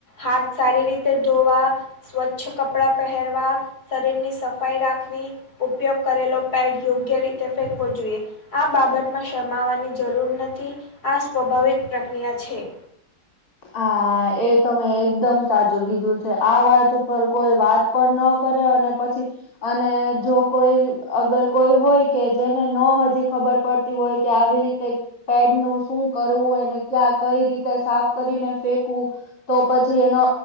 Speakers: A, on the left; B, on the left.
A: હાથ સારી રીતે ધોવા. સ્વચ્છ કપડાં પહેરવા. શરીરની સફાઈ રાખવી ઉપયોગ કરેલો પેડ યોગ્ય રીતે ફેકવો જોઈએ. આ બાબતમાં શરમાવાની જરૂર નથી આ સ્વાભાવિક પ્રક્રિયા છે.
B: હા એ તમે એકદમ સાચું કીધું છે આ વાત ઉપર કોઈ વાત પણ ન કરે અને પછી. અને જો કોઈ અગર કોઈ હોય કે જેને ન હજી ખબર પડતી હોય. કે આવી રીતે પેડ નું શું કરવુંને ક્યાં કઈ રીતે સાફ કરીને ફેંકવું. તો પછી એનો